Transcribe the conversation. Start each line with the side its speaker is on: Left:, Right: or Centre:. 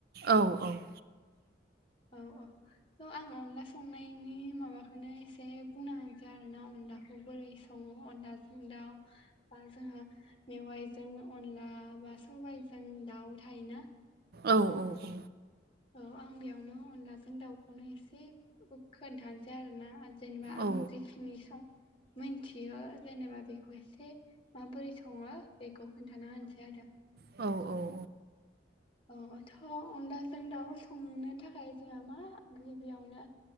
Right: औ औ
Left: औ अ स' आं अनला संनायनि माबाखोनो एसे बुंना होनोसै आरोना अनलाखौ बोरै सङो अनलाजों दाउ बा जोंहा मेवाइजों अनला, बा सबाइजों दाउ थायोना
Right: औ औ औ
Left: औ आं बेयावनो अनलाजों दाउखौनो एसे खोन्थानोसै आरोना जेनेबा
Right: औ
Left: आं जिखिनि सं मिनथियो जेनेबा बेखौ एसे माबोरै सङो बेखौ खोन्थाना होनोसै आरो
Right: औ औ
Left: औ थ' अनलाजों दाउ संनो थाखाय जोंहा मा गिबियावनो